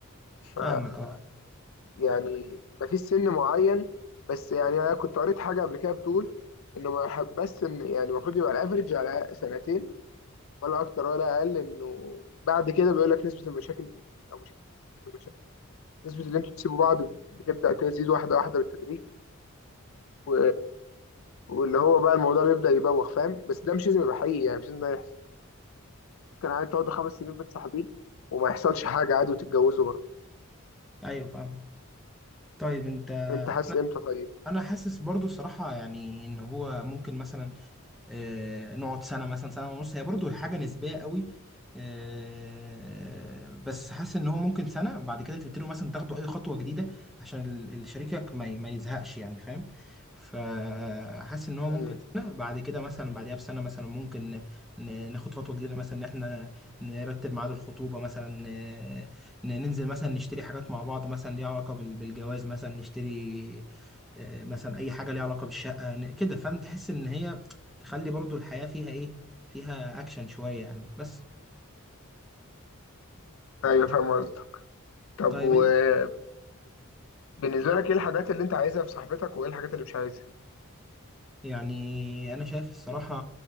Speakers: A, on the left; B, in the centre.
A: ف
B: فاهمك اه
A: يعني مفيش سن معين بس يعني انا كنت قريت حاجه قبل كده بتقول انه ما يحب بس ان يعني المفروض يبقى الافرج على سنتين ولا اكتر ولا اقل انه بعد كده بيقول لك نسبه المشاكل بتزيد او مش المشاكل نسبه اللي انتوا تسيبوا بعض بتبدا تزيد واحده واحده بالتدريج و... واللي هو بقى الموضوع بيبدأ يبوخ فاهم بس ده مش لازم يبقى حقيقي يعني مش لازم ده يحصل ممكن عادي تقعدوا خمس سنين متصاحبين وما يحصلش حاجة عادي وتتجوزوا برضه
B: ايوه فاهمك طيب انت
A: انت حاسس
B: انا
A: امتى طيب؟
B: أنا حاسس برضو الصراحه يعني ان هو ممكن مثلا آه، نقعد سنة مثلا سنة ونص هي برضو حاجة نسبية قوي آه، بس حاسس ان هو ممكن سنة بعد كده تبتدوا مثلا تاخدوا اي خطوة جديدة عشان ال- ال- شريكك ما ي- ما يزهقش يعني فاهم فحاسس ان هو
A: امم
B: ممكن سنة بعد كده مثلا بعديها بسنة مثلا ممكن ن- ناخد خطوة جديدة مثلا ان احنا نرتب ميعاد الخطوبة مثلا ن- ن- ننزل مثلا نشتري حاجات مع بعض مثلا ليها علاقة بال- بالجواز مثلا نشتري آه، مثلا اي حاجة ليها علاقة بالشقة ن- كده فاهم تحس ان هي تخلي برضو الحياة فيها ايه فيها اكشن شوية يعني بس
A: ايوه فاهم قصدك طب
B: طيب
A: وبالنسبة
B: إن-
A: بالنسبة لك ايه الحاجات اللي انت عايزها في صاحبتك وايه الحاجات اللي مش عايزها؟
B: يعني انا شايف الصراحة